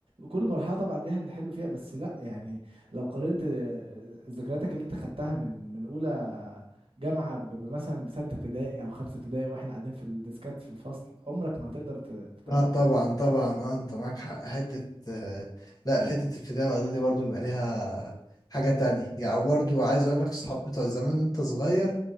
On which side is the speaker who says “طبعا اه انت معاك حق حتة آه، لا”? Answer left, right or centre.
Left